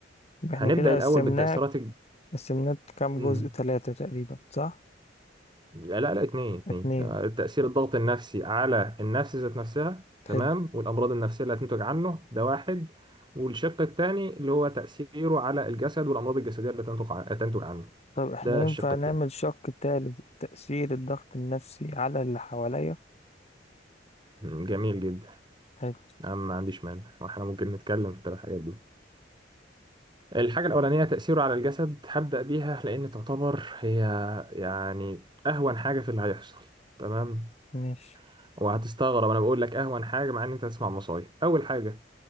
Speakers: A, on the left; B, on the right.
A: يبقى
B: هنبدأ
A: احنا كده
B: الأول
A: قسمناه
B: بالتأثيرات
A: قسمناه كام
B: الج...
A: جزء ثلاثة تقريبا صح
B: لا لا اتنين اتنين
A: اتنين
B: آه، تأثير الضغط النفسي على النفس ذات نفسها تمام
A: حلو
B: والأمراض النفسية اللي هتنتج عنه ده واحد والشق التاني اللي هو تأثيره على الجسد والأمراض الجسدية اللي تنتج ع- تنتج عنه
A: طب احنا
B: ده
A: ينفع
B: الشق
A: نعمل
B: التاني
A: شق تالت تأثير الضغط النفسي على اللي حواليا
B: مم، جميل جدا
A: حلو
B: أنا ما عنديش مانع واحنا ممكن نتكلم في الثلاث حاجات دي الحاجة الأولانية تأثيره على الجسد هبدأ بيها لأن تعتبر هي يعني أهون حاجة في اللي هيحصل تمام
A: ماشي
B: وهتستغرب أنا بقول لك أهون حاجة مع إن أنت هتسمع مصايب أول حاجة